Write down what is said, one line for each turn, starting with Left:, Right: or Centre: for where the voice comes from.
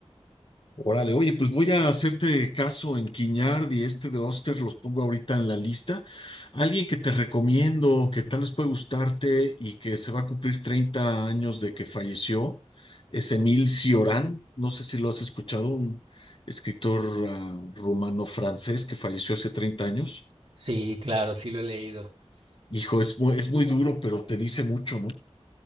Left: Órale, oye, pues voy a hacerte caso en Quiñard y este de Oster, los pongo ahorita en la lista. Alguien que te recomiendo, que tal vez puede gustarte y que se va a cumplir 30 años de que falleció, es Emil Cioran. No sé si lo has escuchado, un escritor ah, rumano-francés que falleció hace 30 años.
Right: Sí, claro, sí lo he leído.
Left: Hijo,
Right: En-
Left: es muy, es muy duro, pero te dice mucho, ¿no?